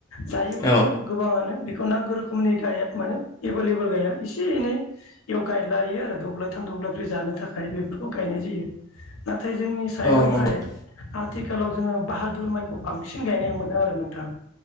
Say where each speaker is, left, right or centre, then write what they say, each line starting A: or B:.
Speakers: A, on the left (about 85°); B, on the left (about 15°).
A: जायोबो
B: औ
A: जोङो गोबाङानो बेखौ नांगौ रोखोमनि गाया माने एभेलेबल गाया एसे - एनै बेयाव गायलायो आरो दब्लायथाम द ब्लायब्रै जानो थाखाय बेफोरखौ गायनाय जायो नाथाय जोंनि साइडआवहाय
B: औ नंगौ
A: आथिखालाव जोङो बाहादुर माइखौ बांसिन गायनाय मोनो आरो नोंथां